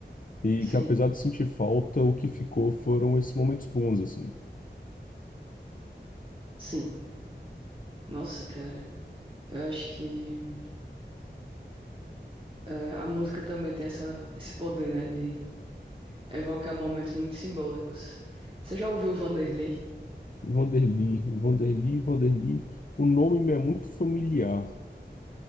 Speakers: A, on the left; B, on the right.
A: E
B: Sim,
A: que apesar de sentir falta, o que ficou foram esses momentos bons, assim.
B: sim. Nossa, cara. Eu acho que eh, a música também tem essa, esse poder, né? De evocar momentos muito simbólicos. Você já ouviu o Vanderlei?
A: Vanderly, Vanderly, Vanderly. O nome me é muito familiar.